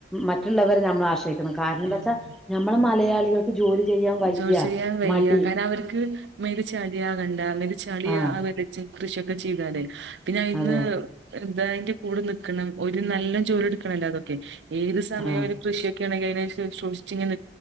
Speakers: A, in the centre; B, on the right.
A: മറ്റുള്ളവരെ നമ്മൾ ആശ്രയിക്കണം കാരണം എന്താ
B: ഉം
A: വച്ചാ നമ്മള മലയാളികൾക്ക് ജോലി ചെയ്യാൻ വയ്യ
B: ജോലി ചെയ്യാൻ വയ്യാ
A: മടി
B: കാരണം അവർക്ക് മികച്ചളിയാ കണ്ട മികച്ചളിയ
A: ആഹ്
B: കൃഷിയൊക്കെ ചെയ്താലേ പിന്നെ ഇന്ന്
A: അതെ
B: ന്തായ്ന്റെ കൂടെ നിക്കണം ഒരു നല്ല ജോലി എടുക്കണല്ലോ അതൊക്കെ ഏത് സമയം
A: ആഹ്
B: ഒരു കൃഷിയ കാണെങ്കി അയിനെശെ ഷുശിച്ച് ങ്ങനെ